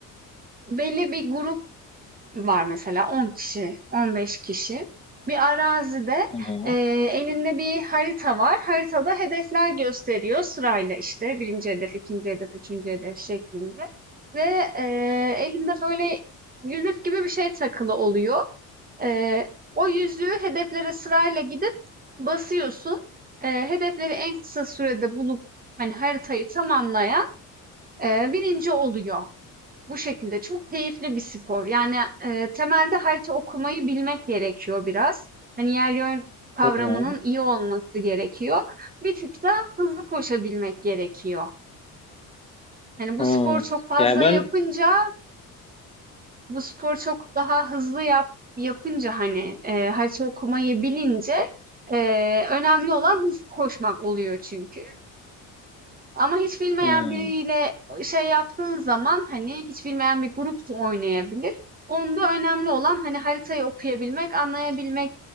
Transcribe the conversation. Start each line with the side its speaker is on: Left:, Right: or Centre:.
Right: belli bir grup var mesela 10 kişi, 15 kişi. Bir arazide
Left: Hı hı.
Right: e, elinde bir harita var. Haritada hedefler gösteriyor sırayla işte birinci hedef, ikinci hedef, üçüncü hedef şeklinde. Ve e, elinde böyle yüzük gibi bir şey takılı oluyor. E, o yüzüğü hedeflere sırayla gidip basıyorsun. E, hedefleri en kısa sürede bulup hani haritayı tamamlayan e, birinci oluyor. Bu şekilde çok keyifli bir spor. Yani, eee, temelde harita okumayı bilmek gerekiyor biraz. Hani, yer yön kavramının
Left: Hı hı.
Right: iyi olması gerekiyor. Bir tık da hızlı koşabilmek gerekiyor. Hani, bu
Left: Hı.
Right: spor çok fazla
Left: Yani ben
Right: yapınca, bu spor çok daha hızlı yap yapınca, hani, eee, harita okumayı bilince, eee, önemli olan hızlı koşmak oluyor çünkü. Ama hiç bilmeyen
Left: hı.
Right: biriyle şey yaptığın zaman hani hiç bilmeyen bir grup da oynayabilir. Onda önemli olan hani haritayı okuyabilmek, anlayabilmek